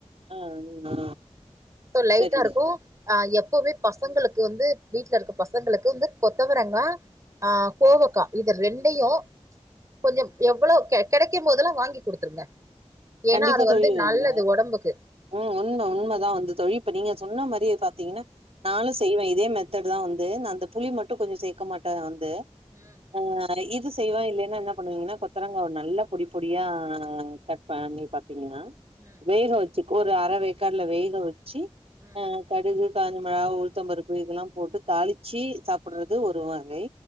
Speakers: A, on the right; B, on the right.
A: ஆ ஆ
B: சோ லைட்டா
A: சரிங்க
B: இருக்கு
A: தோழி
B: ஆ எப்பவுமே பசங்களுக்கு வந்து வீட்ல இருக்க பசங்களுக்கு வந்து கொத்தவரங்கா ஆ கோவக்கா இத ரெண்டையு கொஞ்சம் எவ்வளவு கெ கெடைக்கும் போதெலா வாங்கி குடுத்துருங்க ஏனா
A: கண்டிப்பா
B: அது வந்து
A: தோழி
B: நல்லது
A: அந்த
B: ஒடம்புக்கு
A: ம் உண்ம உண்மதா வந்து தோழி இப்ப நீங்க சொன்ன மாரி பாத்தீங்கினா நாலுச்
B: ம்
A: செய்வே இதே மெத்தேடுதா வந்து நா அந்த புளி மட்டு கொஞ்ச சேக்க மாட்டே வந்து
B: ம்
A: ஆ இது செய்வே இல்லேனா என்ன பண்ணுவீங்னா கொத்தரங்கா ஒன் நல்லா பொடிப் பொடியா கட் பண்ணி பாத்தீங்கினா
B: ம்
A: வேக வச்சுக் ஒரு அர வேக்காட்ல வேக வச்சி
B: ம்
A: அ கடுகு காஞ்ச மிளா உளுத்தம்பருப்பு இதலாம் போட்டுத் தாலிச்சி சாப் பிட்றது
B: ம்
A: ஒரு வகை